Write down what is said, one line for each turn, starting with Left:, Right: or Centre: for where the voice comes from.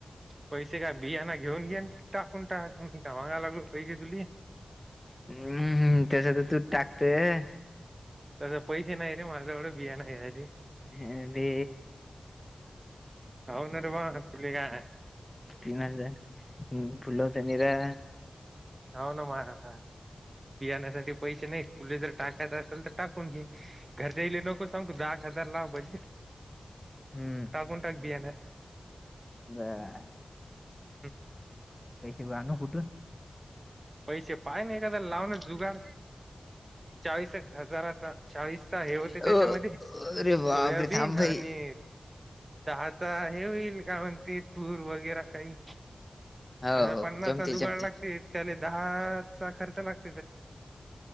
Right: पैसे काय बियाणा घेऊन देऊन टाकून टाक का गावाला लागलो पाहिजे तुली
Left: हं हं त्याच्यासाठीच तर तू टाकतय.
Right: तस पैसे नाही रे माझ्या एवढं बियाणे नाही आधी
Left: ह बे
Right: होनार बा तुली का
Left: तीन हजार.... फुल ते निरा
Right: होन म <inaudible> बियाण्यासाठी पैसे नाही तुले जर टाकायच असेल तर टाकून घे घर जाईले नको सांगू जाग लावज
Left: हम्म
Right: टाकून टाक बियाण्यात <inaudible> <inaudible>
Left: बर
Right: हं
Left: पैसे आणू कुठून?
Right: पैसे पाहून ना ए एकदा लावना जुगाड चाळीस एक हजाराचा चाळीसचा हे होते.
Left: अ
Right: त्याच्यामध्ये
Left: अरे बापरे
Right: सोयाबीन
Left: थांब भाई
Right: आणि ळता हे होईल का म्हणते तूर वगैर काही.
Left: हो
Right: अा
Left: हो
Right: पन्नासचा
Left: जमते
Right: जुगाड
Left: जमते
Right: लागते त्याला दहाचा खर्च लागतो.